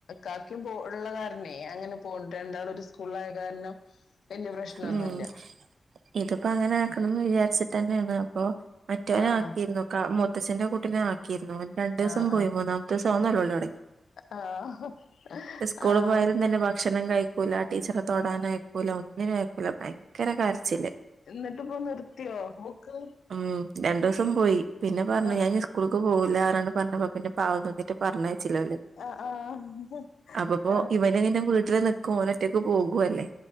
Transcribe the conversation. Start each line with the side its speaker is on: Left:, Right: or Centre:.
Left: കാക്കും പോ ഉള്ള കാരനേ അങ്ങനെ പോ രണ്ടാൾ ഒരു സ്കൂള ആായ കാരണം വല്യ പ്രശ്നൊന്നുമില്ല
Right: ഉം ഇതിപ്പോ അങ്ങനെ ആക്കണംന്ന് വിചാരിച്ചിട്ട തന്നെയാണ് അപ്പൊ മറ്റവന
Left: ആഹ്
Right: ആക്കിയിരുന്നു മുത്തച്ഛ്ന്റെ കുട്ടനെ ആക്കിയിരുന്നു രണ്ട ദിവസം
Left: ആഹ്
Right: പോയി മൂന്നമത്തെ ദിവം ആന്നല്ലോ തുടങ്ങി
Left: ആഹ് ആഹ്
Right: സ്കൂള്
Left: ആഹ്
Right: പോയാലും തന്നെ ഭക്ഷണം കഴിക്കൂല ടീച്ചറെ തൊടാനയക്കൂല
Left: ആഹ്
Right: ഒന്നിനും വക്കുള്ള ഭയങ്കര കാർച്ചില്
Left: എന്നിട്ട് ഇപ്പൊ നിർത്തിയോ ബക്ക്
Right: ഉം രണ്ടു ദിവസം പോയി പിന്നെ പറഞ്ഞു
Left: ആഹ്
Right: ഞാൻ സ്കൂളൾക്ക് പോകില്ല ആാണ് പറഞ്ഞപ്പ പിന്നെ പാവം തോന്നിട്ട് പറഞ്ഞയച്ചില്ല
Left: ആഹ് ആഹ്
Right: അപ്പപ്പോ
Left: ആഹ്
Right: ഇവന് നിന്നെ വീട്ടില് നിക്കും ോന ഒറ്റക്ക് പോകും അല്ലേ